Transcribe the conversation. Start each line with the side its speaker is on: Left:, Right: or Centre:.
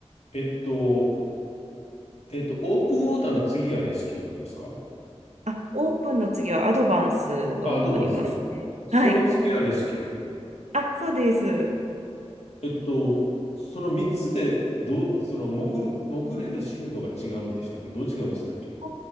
Left: えっと、えっと、オープンウォーターの次がレスキューなんですか
Right: あ、オープンの次はアドバンスドになりますね。
Left: アドバンス。その次はレスキュー
Right: はい。あ、そうです。
Left: えっと、その3つで、どう、その潜、潜れる深度が違うんでしたっけどう違うんでしたっけ
Right: あ